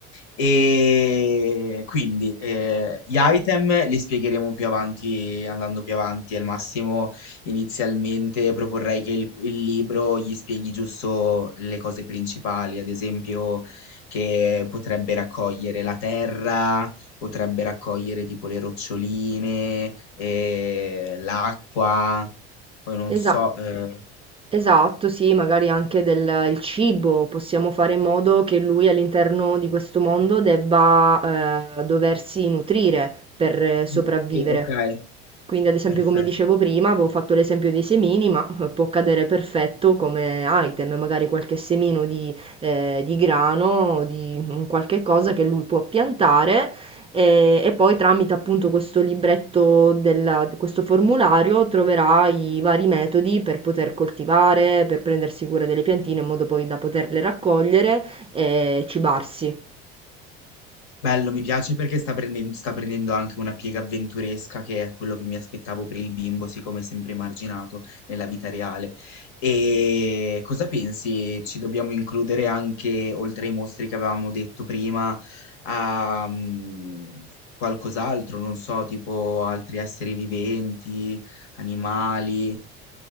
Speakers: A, on the left; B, on the right.
A: E quindi eh, gli item li spiegheremo più avanti, andando più avanti. Al massimo, inizialmente proporrei che il, il libro gli spieghi giusto le cose principali, ad esempio che potrebbe raccogliere la terra, potrebbe raccogliere tipo le roccioline, eh, l'acqua. Poi non
B: Esa
A: so, eh,
B: esatto, sì, magari anche del il cibo, possiamo fare in modo che lui all'interno di questo mondo debba eh, doversi nutrire per eh, sopravvivere.
A: Mm, Sì, ok,
B: Quindi, ad esempio,
A: perfetto.
B: come dicevo prima, avevo fatto l'esempio dei semini, ma eh, può cadere perfetto come item, magari qualche semino di, eh, di grano, di un qualche cosa che lui può piantare e, e poi tramite appunto questo libretto del, questo formulario troverà i vari metodi per poter coltivare, per prendersi cura delle piantine in modo poi da poterle raccogliere e cibarsi.
A: Bello, mi piace perché sta prendendo, sta prendendo anche una piega avventuresca che è quello che mi aspettavo per il bimbo, siccome è sempre emarginato nella vita reale. E cosa pensi? Ci dobbiamo includere anche, oltre ai mostri che avevamo detto prima, a mm, qualcos'altro, non so, tipo altri esseri viventi, animali.